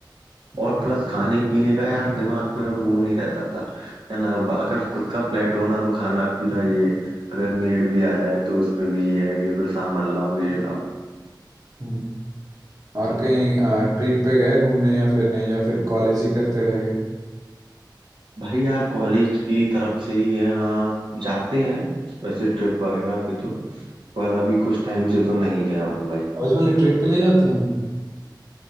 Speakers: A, on the right; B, on the right.
A: और प्लस खाने पीने का यार दिमाग में वो नहीं रहता था है ना अब अगर खुद का फ्लैट होना तो खाना पीना ये अगर मेड भी आ जाए तो उसमें भी ये है कि फिर सामान लाओ ये लाओ
B: हम्म, और कहीं ट्रिप पे गए घूमने या फिर नहीं या फिर कॉलेज ही करते रह गए
A: भाई यार कॉलेज की तरफ से ही है हाँ जाते हैं वैसे ट्रिप वगैरह पे तो पर अभी कुछ टाइम से तो नहीं गया हूँ भाई
B: कॉलेज वाले ट्रिप पे ले जाते हैं